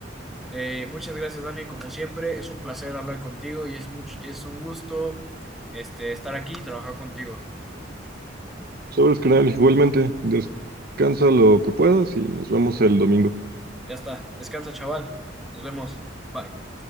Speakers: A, in the centre; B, on the right (about 50°).
A: Eh, muchas gracias, Dani. Como siempre, es un placer hablar contigo y es much- es un gusto este, estar aquí y trabajar contigo.
B: Sabes, carnal, igualmente, descansa lo que puedas y nos vemos el domingo.
A: Ya está. Descansa, chaval. Nos vemos. Bye.